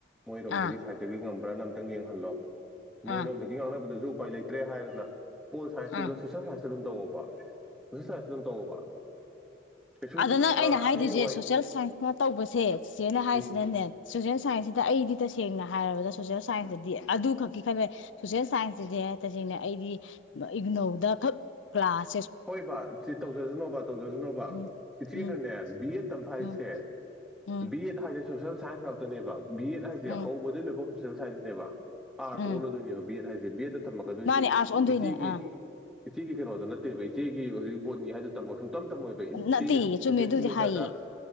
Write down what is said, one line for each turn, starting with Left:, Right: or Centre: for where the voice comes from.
Centre: ꯃꯣꯏꯔꯣꯝꯗꯒꯤ
Left: ꯑꯥ
Centre: ꯁꯥꯏꯠꯇꯒꯤ ꯉꯝꯃ ꯕ꯭ꯔꯥꯅ ꯑꯃꯨꯛꯇꯪ ꯌꯦꯡꯍꯜꯂꯣ ꯃꯣꯏꯅ
Left: ꯑꯥ
Centre: ꯔꯣꯟꯗꯒꯤ ꯉꯥꯡꯅꯕꯗꯨꯁꯨ ꯄꯥꯏ ꯂꯩꯇ꯭ꯔꯦ ꯍꯥꯏꯒꯅ ꯄꯣꯜꯁꯥꯏꯟꯁꯇꯨꯗ
Left: ꯑꯥ
Centre: ꯁꯣꯁꯦꯜ ꯁꯥꯏꯟꯁ ꯁ ꯑꯗꯨꯝ ꯇꯧꯕ ꯁꯣꯁꯦ ꯁꯥꯏꯁꯤ ꯑꯗꯨꯝ ꯇꯧꯑꯣꯕ ꯀꯩꯁꯨ
Left: ꯑꯗꯣ ꯅꯪ ꯑꯩꯅ ꯍꯥꯏꯗꯣꯏꯔꯤꯁꯦ
Centre: ꯍꯌꯦꯡꯋꯥꯏ
Left: ꯁꯣꯁꯦꯜ ꯁꯥꯏꯟꯁꯅ ꯇꯧꯕꯁꯦ ꯆꯤꯆꯦꯅ ꯍꯥꯏꯁꯤꯅꯅꯦ
Centre: ꯎꯝ
Left: ꯁꯣꯁꯦꯜ ꯁꯥꯏꯟꯁꯁꯤꯗ ꯑꯩꯗꯤ ꯇꯁꯦꯡꯅ ꯍꯥꯏꯔꯕꯗ ꯁꯣꯁꯦꯜ ꯁꯥꯏꯟꯁꯇꯗꯤ ꯑꯗꯨꯈꯛꯀꯤ ꯈꯟꯕ ꯌꯥꯏ ꯁꯣꯁꯦꯜ ꯁꯥꯏꯟꯁꯁꯤꯗꯤ ꯇꯁꯦꯡꯅ ꯑꯩꯗꯤ ꯏꯒꯅꯧꯗ ꯈꯛ ꯀ꯭ꯂꯥꯁ
Centre: ꯍꯣꯏ ꯕꯥ ꯆꯦ ꯇꯧꯖꯁꯁꯟꯅꯣꯕ ꯇꯧꯖꯁꯟꯅꯣꯕ
Left: ꯎꯝ
Centre: ꯕ ꯏꯆꯦꯅꯅꯦ
Left: ꯎꯝ
Centre: ꯕꯤ ꯑꯦꯗ ꯇꯝꯕ ꯍꯥꯏꯁꯦ
Left: ꯎꯝ ꯎꯝ
Centre: ꯕꯤ ꯑꯦꯠ ꯁꯣꯁꯦꯜ ꯁꯥꯏꯟꯁ ꯉꯥꯛꯇꯅꯤꯕꯥ ꯕꯤ ꯑꯦꯠ ꯍꯥꯏꯁꯦ
Left: ꯎꯝ
Centre: ꯍꯧꯕꯗꯩ ꯂꯣꯏꯕꯧ ꯐꯔꯤꯅꯦꯕ ꯑꯥꯔꯠꯁ
Left: ꯎꯝ
Centre: ꯑꯣꯂꯗꯣꯏꯅꯤꯕ ꯕꯤ ꯑꯦꯠ ꯍꯥꯏ ꯕꯤ ꯑꯦꯇ ꯇꯝꯂꯛꯒꯗꯣꯏꯁꯦ
Left: ꯃꯥꯅꯦ ꯑꯥꯔꯠꯁ ꯑꯣꯟꯗꯣꯏꯅꯦ
Centre: ꯏꯆꯦꯒꯤ
Left: ꯑꯥ
Centre: ꯏꯆꯦꯒꯤ ꯀꯩꯅꯣꯗ ꯅꯠ ꯅꯠꯇꯦꯕ ꯏꯆꯦꯒꯤ ꯍꯧꯖꯤꯛ ꯕꯣꯅꯤ ꯍꯥꯏꯗ ꯇꯝꯃꯣ ꯁ ꯇꯝꯝ ꯇꯝ ꯑꯣꯏꯕ ꯏꯆꯦꯒꯤꯗꯨ
Left: ꯅꯠꯇꯦꯌꯦ ꯆꯨꯝꯃꯦ
Centre: ꯁꯦꯀꯦꯟ
Left: ꯑꯗꯨꯗꯤ
Centre: ꯁꯦꯃꯤꯁꯇꯔꯗ
Left: ꯍꯥꯏꯌꯦ